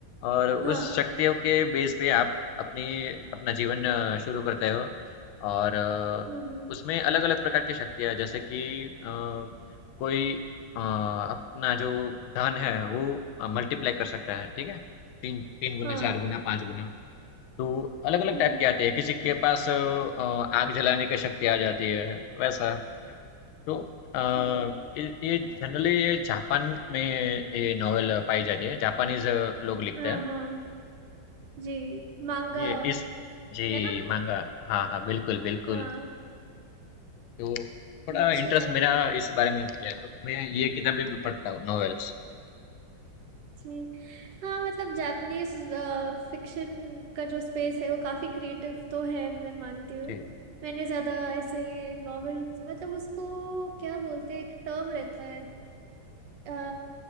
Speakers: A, on the left; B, on the right.
A: और उस
B: हाँ
A: शक्तियों के बेस पे आप अपनी अपना जीवन अ, शुरू करते हो और अ,
B: हम्म हम्म
A: उसमें अलग-अलग प्रकार की शक्तियाँ जैसे कि अ, कोई अ, अपना जो धन है वो मल्टीप्लाई कर सकता है, ठीक है? तीन तीन गुना,
B: हाँ
A: चार गुना, पाँच गुना तो अलग अलग
B: हम्म
A: टाइप की
B: हम्म
A: आती है किसी के पास अ, आग जलाने की शक्ति आ जाती है वैसा तो अ,
B: जी
A: ये ये जनरली ये जापान में ये नॉवेल पाई जाती है जापानीज लोग लिखते
B: हाँ
A: हैं
B: हाँ जी मांगा
A: ये इस जी
B: है ना
A: मांगा हाँ हाँ बिल्कुल बिल्कुल
B: हाँ
A: तो थोड़ा
B: अच्छा
A: इंटरेस्ट
B: है
A: मेरा इस बारे में भी है तो मैं ये किताबें भी पढ़ता हूँ नॉवेल्स
B: जी हाँ मतलब जापानीज फिक्शन का जो स्पेस है वो काफी क्रिएटिव तो है मैं मानती हूँ
A: जी
B: मैंने ज्यादा ऐसे नॉवेल मतलब उसको क्या बोलते हैं एक टर्म रहता है आ,